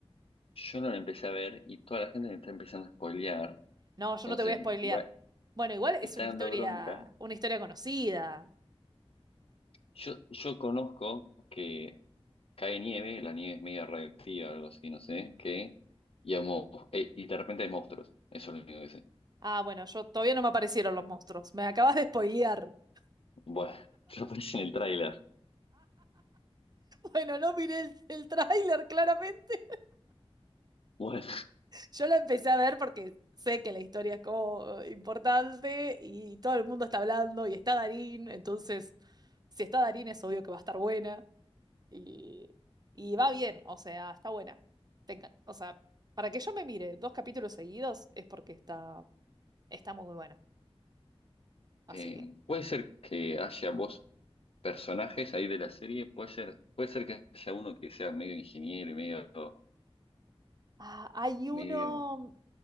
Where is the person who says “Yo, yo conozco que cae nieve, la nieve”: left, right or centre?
Left